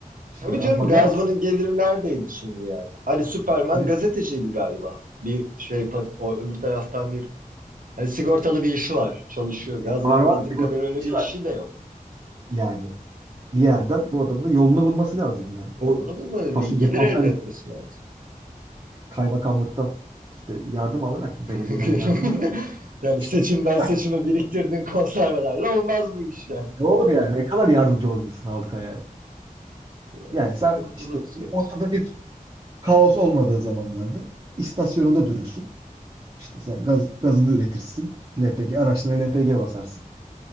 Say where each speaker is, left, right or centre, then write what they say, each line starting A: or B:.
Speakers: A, on the right; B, on the right.
A: Şimdi
B: Tabii
A: Gazman
B: canım Gazman'ın
A: ne yapsın?
B: geliri neredeydi şimdi yani? Hani Superman
A: Evet.
B: gazeteciydi galiba. Bir şey pa- o öbür taraftan bir hani sigortalı bir işi var. Çalışıyor. Gazman'ın
A: Var var
B: bildiğim
A: sigorta
B: kadarıyla öyle
A: işi
B: bir işi
A: var.
B: de yok.
A: Yani bir yerden bu adamın da yolunu bulması lazım yani.
B: Yolunu
A: O
B: bulmadı.
A: fasulye
B: Bir gelir
A: konserve
B: elde etmesi lazım.
A: kaymakamlıktan işte yardım alarak mı? Belediyeden
B: <laughs>
A: yardım alarak mı?
B: Yani
A: İşte
B: seçimden
A: <laughs>
B: seçime biriktirdiğin konservelerle olmaz bu iş yani.
A: ne olur yani? Ne kadar yardımcı olabilirsin halka ya?
B: O
A: Yani
B: sıkıntılı
A: sen işte
B: bir süreç.
A: bir ortada bir Kaos olmadığı zamanlarda istasyonunda durursun. İşte sen gaz, gazını üretirsin. LPG araçlara LPG basarsın.